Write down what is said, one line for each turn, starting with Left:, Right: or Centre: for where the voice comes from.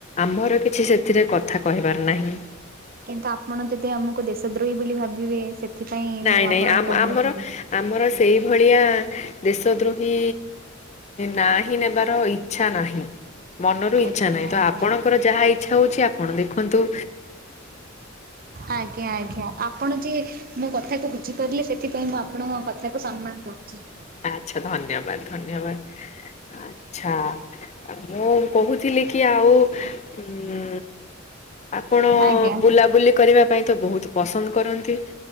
Left: ଆମର କିଛି ସେଥିରେ କଥା କହିବାର ନାହିଁ।
Right: କିନ୍ତୁ ଆପଣ ଯଦି ଆମକୁ ଦେଶ ଦ୍ରୋହୀ ବୋଲି ଭାବିବେ ସେଥିପାଇଁ
Left: ନାଇଁ
Right: ମୁଁ
Left: ନାଇଁ
Right: ଆପଣଙ୍କୁ
Left: ଆମ
Right: କହୁନଥିଲି।
Left: ଆମର ଆମର ସେଇଭଳିଆ ଦେଶ ଦ୍ରୋହୀ ନା ହିଁ ନେବାର ଇଚ୍ଛା ନାହିଁ। ମନରୁ ଇଚ୍ଛା
Right: ଆଜ୍ଞା
Left: ନାହିଁ ତ
Right: ଆଜ୍ଞା
Left: ଆପଣଙ୍କର ଯାହା ଇଚ୍ଛା ହଉଛି ଆପଣ ଦେଖନ୍ତୁ।
Right: ଆଜ୍ଞା ଆ ଆଞା। ଆ ଆପଣ ଯେ ମୋ କଥାକୁ ବୁଝିପାରିଲେ ସେଥିପାଇଁ ମୁଁ ଆପଣଙ୍କ କଥାକୁ ସମ୍ମାନ ଦଉଛି।
Left: ଆଛା ଧନ୍ୟବାଦ ଧନ୍ୟବାଦ ଆଚ୍ଛା ମୁଁ କହୁଥିଲି କି ଆଉ ହୁଁ ଆପଣ
Right: ଆଜ୍ଞା
Left: ବୁଲାବୁଲି କରିବା ପାଇଁ ତ ବହୁତ ପସନ୍ଦ କରନ୍ତି।